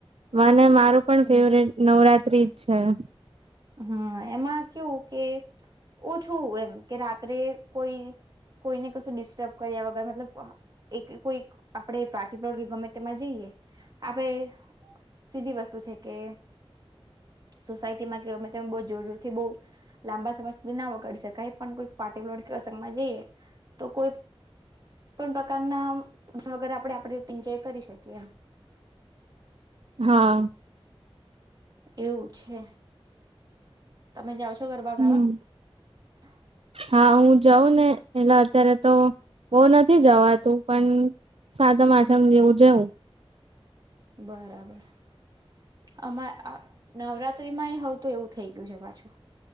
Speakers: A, on the right; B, on the right.
A: વા. અને મારું પણ
B: એમ
A: ફેવરેટ નવરાત્રી. અચ્છા.
B: હમ એમાં કેવું કે ઓછું એમ કે રાત્રે કોઈ કોઈને કશું ડિસ્ટર્બ કર્યા વગર મતલબ એક કોઈ આપણે પ્રાર્ટ ગમે તેમાં જઈએ આપણે સીધી વસ્તુ છે કે સોસાયટીમાં. અમે બ જોર જોરથી બહ લાંબા સમય સુધી ના વગાડી શકાય પણ કોઈ પાટી લોડ અસંગમાં જઈએ તો કોઈ પણ પ્રકારના વગરે આપ આપંચય કરી શકીએ એમ.
A: હા.
B: એવું છે. તમે જાઓ છો ગરબા
A: હમ
B: ગાવા. હા.
A: હા હું જાઉં ને એેલા અત્યારે. તો બહ નથી જવાતું પણ સાતમ આઠમ જેવું જવું.
B: બરાબર. અમા નવરાત્ર. ત્રી ય હ તો એવું થઈ ગયું છે પાછું